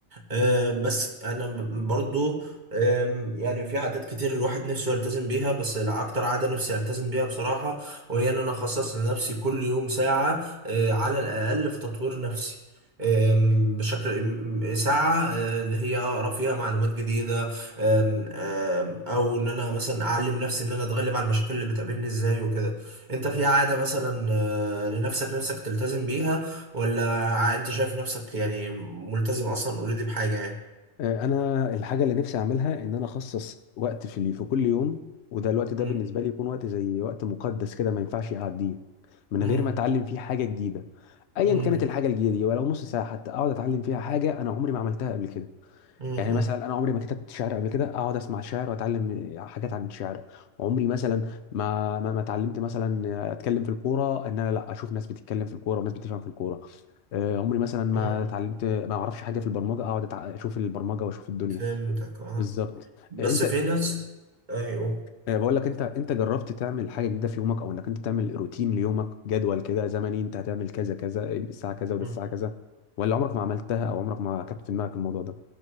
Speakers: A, on the right; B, on the left.
A: آه، بس انا ب- برضو آم، يعني في عادات كتير الواحد نفسه يلتزم بيها بس الع- اكتر عادة نفسي التزم بيها بصراحة وهي ان انا اخصص لنفسي كل يوم ساعة آه، على الاقل في تطوير نفسي آم، بشكل م- م- ساعة آه، اللي هي أقرأ فيها معلومات جديدة آم، آم، أو إن أنا مثلا أعلم نفسي إن أنا أتغلب على المشاكل اللي بتقابلني إزاي وكده أنت في عادة مثلا آه، لنفسك نفسك تلتزم بيها ولا ع- انت شايف نفسك يعني ملتزم اصلا اوريدي بحاجة يعني
B: آه، انا الحاجه اللي نفسي اعملها ان انا اخصص وقت في في كل يوم وده الوقت ده
A: مم.
B: بالنسبه لي يكون وقت زي وقت مقدس كده ما ينفعش اعديه من
A: مم.
B: غير ما اتعلم فيه حاجه جديده ايا
A: مم.
B: كانت الحاجه الجديده دي ولو نص ساعه حتى اقعد اتعلم فيها حاجه انا عمري ما عملتها قبل كده
A: مم.
B: يعني مثلا انا عمري ما كتبت شعر قبل كده اقعد اسمع شعر واتعلم حاجات عن الشعر عمري مثلا ما ما ما اتعلمت مثلا اتكلم في الكوره ان انا لا اشوف ناس بتتكلم في الكوره وناس بتفهم في الكوره آه، عمري مثلا ما
A: مم.
B: اتعلمت ما اعرفش حاجه في البرمجه اقعد أتع- اشوف البرمجه واشوف الدنيا
A: فهمتك اه
B: بالظبط
A: بس
B: آه، انت
A: في ناس ايوه
B: آه، بقول لك انت انت جربت تعمل حاجه جديده في يومك او انك انت تعمل روتين ليومك جدول كده زمني انت هتعمل كذا كذا الساعه كذا وده
A: مم.
B: الساعه كذا ولا عمرك ما عملتها او عمرك ما كانت في دماغك الموضوع ده